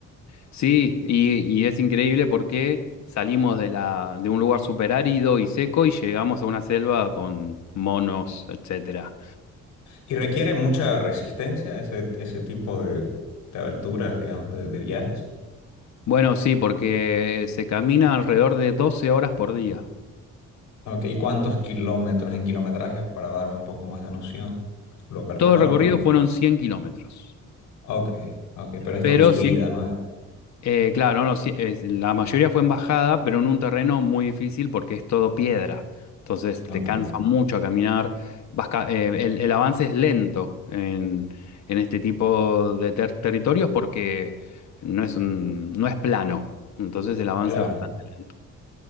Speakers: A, on the left; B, on the left.
A: Sí, y, y es increíble porque salimos de la, de un lugar súper árido y seco y llegamos a una selva con monos, etcétera.
B: Y requiere mucha resistencia ese, ese tipo de, de aventuras, digamos, de, de viajes.
A: Bueno, sí, porque se camina alrededor de 12 horas por día.
B: Ok, ¿y cuántos kilómetros en kilometraje para darme un poco más de noción? ¿Lo calcularon
A: Todo el recorrido
B: o no?
A: fueron 100 kilómetros.
B: Ok, ok, pero es
A: Pero
B: todo subida,
A: 100,
B: ¿no?
A: eh, claro, no, sí, eh, la mayoría fue en bajada, pero en un terreno muy difícil porque es todo piedra. Entonces te
B: Ok,
A: cansa mucho a caminar. vas ca- eh, el, el avance es lento en, en este tipo de ter- territorios porque no es un- no es plano. Entonces el avance
B: claro.
A: es bastante lento.